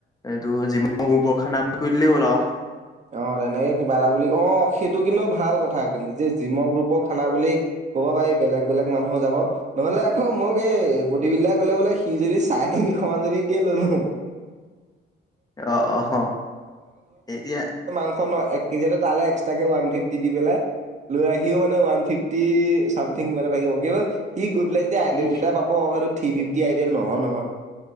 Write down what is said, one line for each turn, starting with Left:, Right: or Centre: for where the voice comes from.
Left: এইটো যিমান গ্ৰুপৰ খানা আ কৈ দিলেই হ'ল আও।
Right: অ তেনেকে কিবা এটা বুলি অ সেইটো কিন্তু ভাল কথা যে জিম গ্ৰুপ খানা বুলি। ক'ব পায়ি বেলেগ বেলেগ মানুহ যাব নহলে আকৌ মোক এই বডী বিল্ডাই কলে বোলে সি যদি চাই থাকে। সমান যদি দিয়ে ললো হে হে।
Left: অ অ হ এতিয়া।
Right: মুখন এক কেজি এটা তালে এক্সতাকে ওৱান ফিফটি দি পেলাই লৈ আহি অ মানে ওৱান ফিফটি চামথিং কিবা এটা থাকিব কিন্তু সি গৈ পেলাই যেতিয়া আইটেম
Left: ই সি
Right: কেইটা পাব হয়তো। থ্ৰী ফিফটি আইটেম নহয় নহয়।